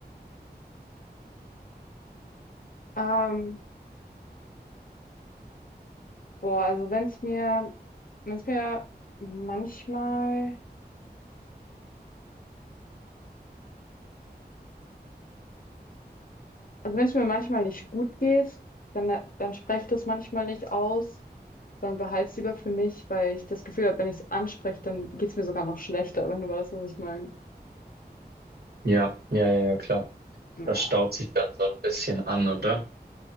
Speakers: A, on the left; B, on the right.
A: Ähm, boah, also wenn es mir, wenn es mir manchmal. Also wenn es mir manchmal nicht gut geht, dann, dann spreche ich das manchmal nicht aus, sondern behalte es lieber für mich, weil ich das Gefühl habe, wenn ich es anspreche, dann geht es mir sogar noch schlechter, wenn du weißt, was ich meine.
B: Ja, ja, ja, ja, klar.
A: Ja.
B: Das staut sich dann so ein bisschen an, oder?